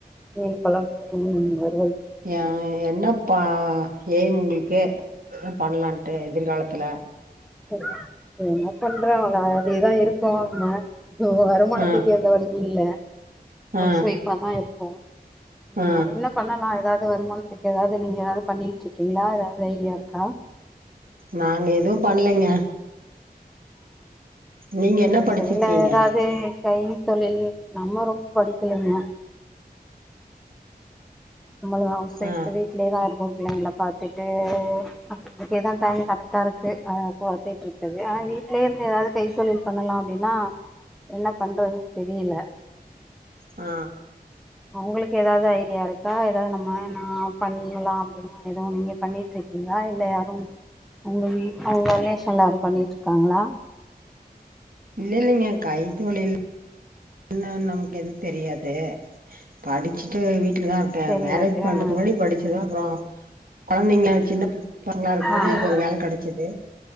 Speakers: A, in the centre; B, on the right.
A: மீன் கொழம்பு மீன் வருவல்
B: எ என்னாப்பா எய்ம் உங்குளுக்கு பண்லான்ட்டு எதிர்காலத்துல
A: இப்ப என்னப் பண்ற அவ்ள அப்டிதா இருக்கு நம்ம உங்க வருமானத்துக்கு
B: ஆ
A: எந்த வழியு இல்ல
B: ஆ
A: ஹவுஸ் ஒய்ஃபாதா இருக்கோ ஆமா
B: ஆ
A: என்னப் பண்ணலா எதாவது வருமானத்துக்கு எதாவது நீங்க எதாவது பண்ணிட்ருக்கீங்ளா எதாவது ஐடியா இருக்கா
B: நாங்க எதுவும் பண்லைங்க நீங்க என்ன
A: த
B: படிச்சிருக்கீங்க
A: சைட்ல எதாது கைத்தொழில் நம்ம ரொம்ப படிக்கலைங்க நம்மளு ஹவுஸ் ஒய்ஃபு
B: ஆ
A: வீட்லியேதா இருக்கோ புள்ளைங்ளப் பாத்துட்டு அதுக்கேதா டைம் கரெக்டா இருக்கு அ பாத்துட்ருக்கது அ வீட்லே இருந்து எதாது கைத்தொழில் பண்ணலா அப்டினா என்னப் பண்றதுன் தெரியில
B: ஆ
A: அவுங்குளுக்கு எதாது ஐடியா இருக்கா எதா நம்ம நாப் பண்ணலா அப்டினா எதுவு நீங்கப் பண்ணிட்ருக்கீங்ளா இல்ல யாரும் உங்க வீட் அவுங்க ரிலேஷன் எல்லாரு பண்ணிட்ருக்காங்களா
B: இல்ல இல்லிங்க கைத்தொழில் என்னன் நமக்கு எதுந் தெரியாது படிச்சுட்டு வீட்லதா இருக் டே
A: தெரியாது
B: மேரேஜ் பண்றதுக்கு
A: ஆஹ்
B: முன்னாடி படிச்சது அப்றோ கொழந்தைங்ள சின்ன பிள்ளைங்ளா இருக்கும்
A: ஆஹ்
B: போதே ஒரு வேல கெடச்சது